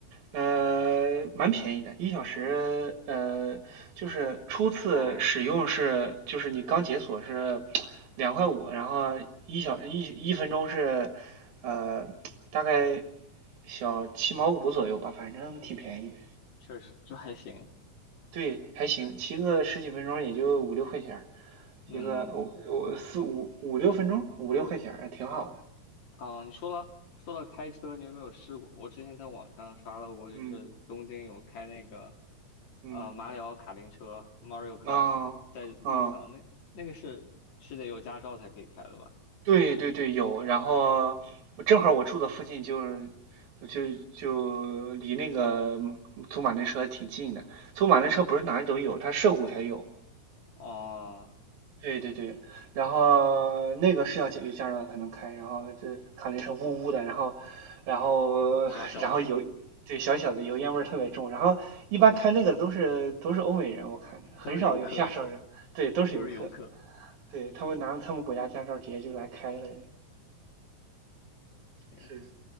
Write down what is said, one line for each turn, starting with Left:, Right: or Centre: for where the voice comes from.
Right: 呃，蛮便宜的，一小时呃，就是初次使用是，
Left: 哦，
Right: 就是你刚解锁是两块五，然后一小一一分钟是呃大概小七毛五左右吧，反正挺便宜的。
Left: 确实就还行，
Right: 对，还行，骑个十几分钟也就五六块钱儿，
Left: 嗯。
Right: 骑个我我四五五六分钟，五六块钱儿还挺好的。
Left: 啊，你说了说到开车，你有没有试过？我之前在网上刷到过，就是东京有开那个
Right: 嗯嗯
Left: 呃马里奥卡丁车 Mario Kart
Right: 啊啊。
Left: 在路上，那那个是是得有驾照才可以开的吧？
Right: 对对对，有。然后我正好我住的附近就是，我就就离那个祖马丁车挺近的。祖马丁车不是哪里都有，它涉谷才有。
Left: 啊，
Right: 对对对，然后那个是要加有驾照才能开，然后这卡丁车呜呜的，然后然后
Left: 小小的
Right: <laughs> 然后油，对小小的油烟味儿特别重。然后一般开那个都是都是欧美人，我看着很少有
Left: 都是游客，
Right: <laughs> 亚洲人，对，都是游客，
Left: 都是游客，
Right: 对他们拿了他们国家驾照直接就来开了。
Left: 行，
Right: 是